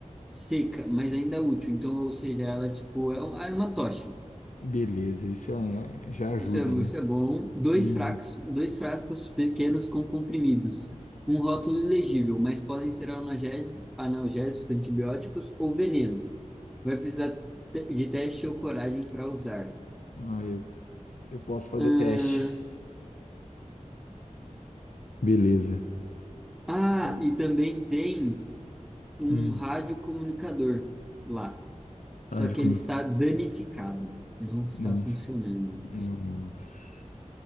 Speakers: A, in the centre; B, on the left (about 70°).
A: seca, mas ainda útil. Então, ou seja, ela tipo é um- é uma tocha.
B: Beleza, isso é- já ajuda,
A: Isso é,
B: né?
A: isso é bom. Dois
B: Uhum.
A: fracos, dois frascos pequenos com comprimidos. Um rótulo ilegível, mas podem ser analgésicos, analgésicos, antibióticos ou veneno. Vai precisar te- de teste ou coragem para usar.
B: Ah, eu, eu posso fazer
A: ah,
B: teste. Beleza.
A: ah, e também tem um
B: Hum.
A: radiocomunicador lá. Só
B: Tá de
A: que
B: como.
A: ele está danificado. Não está
B: Dani.
A: funcionando.
B: Nossa.